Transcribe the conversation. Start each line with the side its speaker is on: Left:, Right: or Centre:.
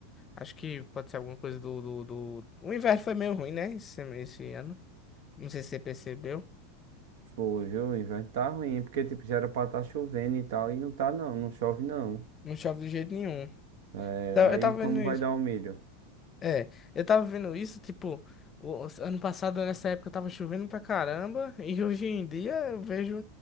Left: Acho que pode ser alguma coisa do, do, do... O inverno foi meio ruim, né? Esse, esse ano. Não sei se você percebeu.
Right: Foi, viu? O inverno tá ruim, porque tipo, já era pra tá chovendo e tal, e não tá não, não chove não.
Left: Não chove de jeito nenhum.
Right: É,
Left: Tá-
Right: aí
Left: Eu tava
Right: como
Left: vendo
Right: vai
Left: isso.
Right: dar o milho?
Left: É, eu tava vendo isso, tipo, o, o- ano passado, nessa época, tava chovendo pra caramba. E hoje em dia eu vejo